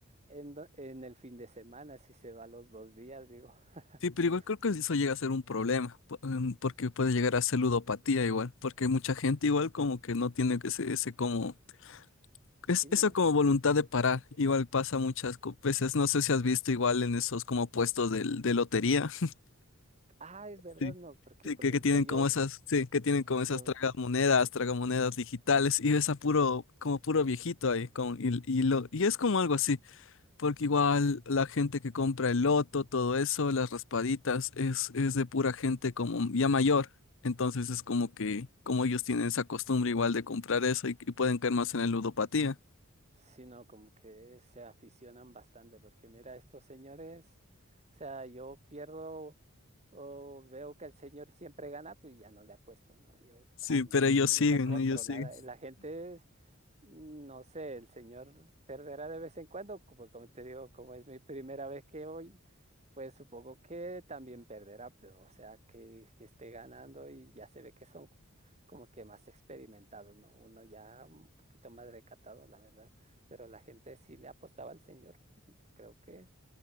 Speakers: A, on the right; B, on the left.
A: en do- en el fin de semana, si se va los dos días, digo. <laughs>
B: Sí, pero igual creo que eso llega a ser un problema, po- em, porque puede llegar a ser ludopatía igual, porque mucha gente igual como que no tiene ese, ese como, es,
A: Sí,
B: esa
A: no.
B: como voluntad de parar, igual pasa muchas co- veces, no sé si has visto igual en esos como puestos del- de lotería, <laughs>
A: Ah, es verdad,
B: sí,
A: no, porque
B: sí,
A: por
B: que,
A: ejemplo
B: que tienen
A: yo,
B: como esas, sí, que tienen como esas
A: yo,
B: tragamonedas, tragamonedas digitales, y ves a puro, como puro viejito ahí, con, y, y, lo, y es como algo así. Porque igual la gente que compra el loto, todo eso, las raspaditas, es, es de pura gente como ya mayor. Entonces es como que, como ellos tienen esa costumbre igual de comprar eso y, y pueden caer más en la ludopatía.
A: sí, no, como que se aficionan bastante, porque mira, estos señores, o sea, yo pierdo o veo que el señor siempre gana, pues ya no le apuesto, ¿no? Yo
B: Sí,
A: al menos
B: pero ellos
A: yo
B: siguen,
A: me controlara.
B: ellos siguen.
A: La gente No sé, el señor perderá de vez en cuando, como, como te digo, como es mi primera vez que voy, pues supongo que también perderá, pero o sea, que, que esté ganando y ya se ve que son co- como que más experimentados, ¿no? Uno ya un poquito más recatado, la verdad, pero la gente sí le apostaba al señor. y Yo creo que